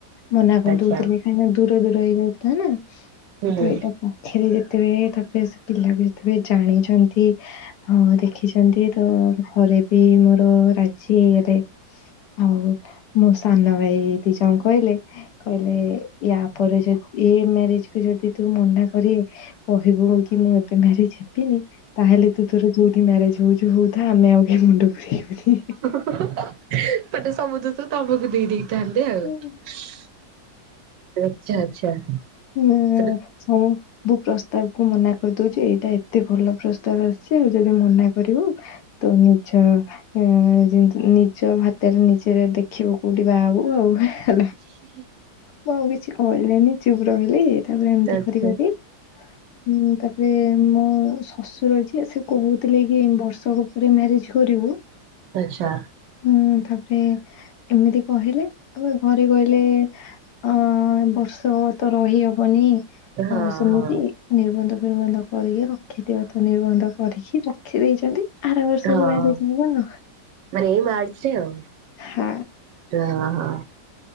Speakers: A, on the left; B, on the right.
A: ମନା କରି
B: ଆଚ୍ଛା
A: ଦଉଥିଲି କାହିଁକିନା ଦୂର ଦୂର ହେଇଯାଉଥିଲା ନା।
B: ହୁଁ।
A: ତ ଏଇଟା ପାଖେରେ ଯେତେବେଳେ ତାପରେ ସେ ପିଲାକୁ <unintelligible> ଜାଣିଚନ୍ତି ହଁ ଦେଖିଚନ୍ତି ତ ଘରେ ବି ମୋର ରାଜି ହେଇଗଲେ। ଆଉ ମୋ ସାନ ଭାଇ ଦି ଜଣ କହିଲେ- କହିଲେ ୟା ପରେ ଯଦି ଏ ମ୍ୟାରେଜ୍ କୁ ଯଦି ତୁ ମନା କରି କହିବୁ କି ମୁଁ ଏବେ ମ୍ୟାରେଜ୍ ହେବିନି ତାହେଲେ ତୁ ତୋର ଯୋ ଯଉଠି ମ୍ୟାରେଜ୍ ହଉଚୁ ହଉଥା ଆମେ ଆଉ କିଏ ମୁଣ୍ଡ ପୁରେଇବୁନି।
B: <unintelligible> କାନ୍ଦେ
A: ହଁ।
B: ଆଉ।
A: ହୁଁ। ହଉ
B: ସେଟା
A: ସବୁ ପ୍ରସ୍ତାବକୁୁ ମନା କରିଦଉଚି। ଏଇଟା ଏତେ ଭଲ ପ୍ରସ୍ତାବ ଆସିଚି ଆଉ ଯଦି ମନା କରିବୁ ତ ନିଜ ହୁଁ- ନିଜ ହାତେରେ ନିଜେ ଦେଖିବୁ କଉଠି ବାହାହବୁ ଆଉ ହେଲା।
B: ହିଁ ହିଁ ହିଁ।
A: ମୁଁ ଆଉ କିଛି କହିଲିନି ଚୁପ୍ ରହିଲି ତାପରେ ଏମିତି
B: ଆଚ୍ଛା
A: କରି କରି
B: <inaudible>
A: ହୁଁ- ତାପରେ ମୋ ଶଶୁର ଯିଏ ସିଏ କହୁଥିଲେ କି ବର୍ଷକ ପରେ ମ୍ୟାରେଜ୍ କରିବୁ
B: ଆଚ୍ଛା।
A: ହୁଁ-ତାପରେ ଏମିତି କହିଲେ ଆଉ ଘରେ କହିଲେ ଆଁ -ଏ-ବର୍ଷ ତ ରହି ହବନି
B: ହଁ
A: ଆଉ ସେମିତି
B: ହଁ
A: ନିର୍ବନ୍ଧ ଫିର୍ବନ୍ଧ କରିକି ରଖିଦିଅନ୍ତୁ ନିର୍ବନ୍ଧ କରିକି ରଖି ଦେଇଚନ୍ତି। ଆର ବର୍ଷକୁ
B: ହଁ
A: ମ୍ୟାରେଜ୍ ହବ ଆଉ।
B: ମାନେ ଏଇ ମାର୍ଚ୍ଚ ଆଉ।
A: ହଁ।
B: ଓ ହ